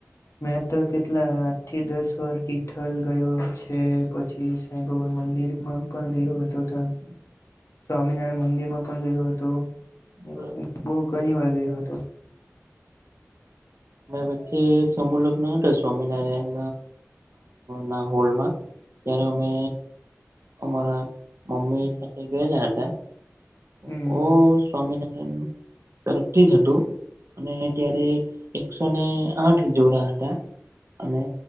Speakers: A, on the left; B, on the right.
A: મેં તો કેટલા આઠ થી દસ વર તિથલ ગયો છે. પછી ત ભગવાન મંદિર માં પણ ગયો હતો ત્યાં.
B: <inaudible>
A: સ્વામિનારાયણ મંદિરમાં પણ ગયો હતો. એવ
B: અ
A: બહ ઘણી વાર ગયો હતો.
B: મેં વચ્ચે એક સમૂહ લગ્ન હતો શ. સ્વામિનારાયણ ના હોલમાં, ત્યારે અમે. અમારા મમ્મી સાથે ગયેલા હતા.
A: હમ
B: બહ સ્વામિનારાયણ તરફથી જ હતું અને ત્યારે. એકસોને આઠ જોરા હતા અને